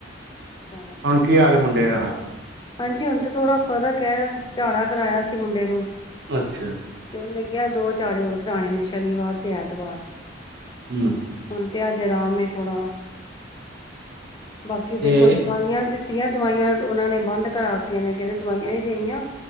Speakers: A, on the left; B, on the right.
A: ਅੱਛਾ
B: ਹੁਣ ਕੀ ਹਾਲ ਮੁੰਡੇ ਦਾ?
A: ਹਾਂਜੀ ਹੁਣ ਤਾਂ ਥੋੜਾ ਫ਼ਰਕ ਹੈ, ਝਾੜਾ ਕਰਾਇਆ ਸੀ ਮੁੰਡੇ ਨੂੰ
B: ਅੱਛਾ
A: ਤੇ ਉਹਨੇ ਕਿਹਾ ਦੋ ਚਾੜੇ ਹੋਰ ਕਰਾਣੇ ਨੇ ਸ਼ਨੀਵਾਰ ਤੇ ਐਤਵਾਰ
B: ਹਮ
A: ਹੁਣ ਤੇ ਅੱਜ ਅਰਾਮ ਥੋੜਾ, ਬਾਕੀ ਦੇਖੋ
B: ਤੇ
A: ਦਵਾਈਆਂ ਦਿੱਤੀਆਂ ਦਵਾਈਆਂ ਉਹਨਾਂ ਨੇ ਬੰਦ ਕਰਾ ਦਿੱਤੀਆਂ ਨੇ ਕਹਿੰਦੇ ਦਵਾਈਆਂ ਨੀ ਦੇਣੀਆਂ